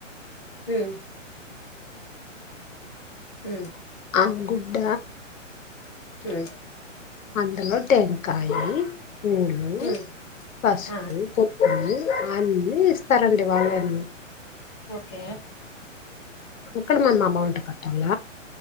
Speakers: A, on the left; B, on the left.
A: హు ఉమ్
B: ఆ గుడ్డ
A: ఉమ్
B: అందులో టేంకాయి పూలు
A: ఉమ్
B: పసుపు
A: ఆ
B: కొకులు అన్నీ ఇస్త సరండి వాళ్ళేమ
A: ఓకే
B: అక్కడ మనం అమౌంట్ కట్టాల